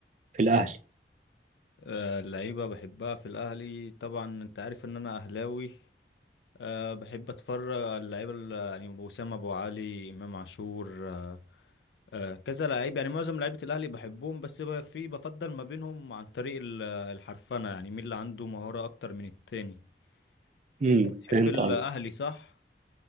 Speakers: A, on the right; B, on the left.
A: في الأهلي؟
B: آه، اللعيبة بحبها في الاهلي طبعا انت عارف ان انا اهلاوي أه بحب اتفرج على اللعيبه ال- يعني اسامه ابو علي امام عاشور أه أه كذا لعيب يعني معظم لعيبه الاهلي بحبهم بس ب- في بفضل ما بينهم عن طريق ال- الحرفنه يعني مين اللي عنده مهاره اكتر من التاني
A: امم
B: انت بتحب
A: فهمت
B: الاهلي
A: قصدي
B: صح